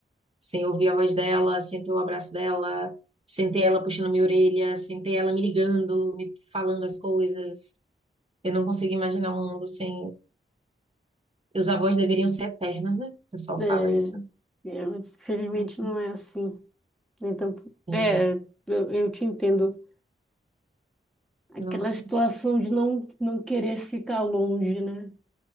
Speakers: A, on the right (about 25°); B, in the centre.
A: sem ouvir a voz dela, sem ter o abraço dela, sem ter ela puxando minha orelha, sem ter ela me ligando, me falando as coisas. Eu não consigo imaginar um mundo sem. Os avós deveriam ser eternos, né? O pessoal
B: É,
A: fala isso.
B: é, mas infelizmente
A: Nossa,
B: não é assim. Então,
A: é,
B: é, eu, eu te entendo. Aquela
A: nossa.
B: situação de não, não querer ficar longe, né?